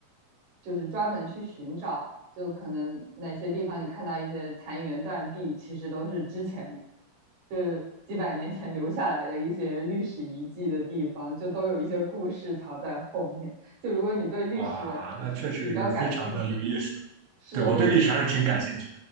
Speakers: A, on the right (about 60°); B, on the right (about 80°).
A: 就是专门去寻找，就可能哪些地方你看到一些残垣断壁，其实都是之前就几百年前留下来的一些历史遗迹的地方，就都有一些故事藏在后面。就如果你对历史呃是比较感兴趣，
B: 哇，那确实是非常的有意思。
A: 是对
B: 对，我对历史还是挺感兴趣